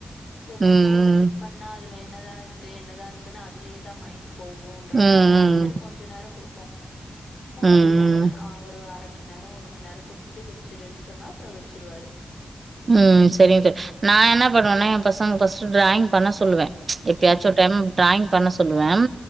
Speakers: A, on the left; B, on the right.
A: சேரி
B: ம்
A: ரொம்பவும் ஸ்ட்ரிக்ட் பண்ணா அதுல எ என்னதா இருக்கு என்னதா இருக்குன்னு அதுலேயே தான் மைண்ட் போகுன்றதனாலே
B: ம் ம் ம்
A: செரி
B: ம்
A: கொஞ்ச நேரம் கொடுப் ப
B: ம்
A: ஒரு ஒரு
B: ம்
A: ஆ ஒரு அர அரை மணி நேரம் ஒரு மணிநேரம் குடுத்துட்டு வச்சிருன்னு சொன்னா அப்புறோம் வச்சிருவாரு
B: ம் சரிங்க தோ
A: ம்
B: நா என்ன பண்ணுவேன்னா எ பசங்க பஸ் ட்ராயிங் பண்ண சொல்லுவேன எப்பயாச்சும்
A: ம்
B: ஒரு டைம் ட்ராயிங் பண்ண சொ சொல்லுவேன்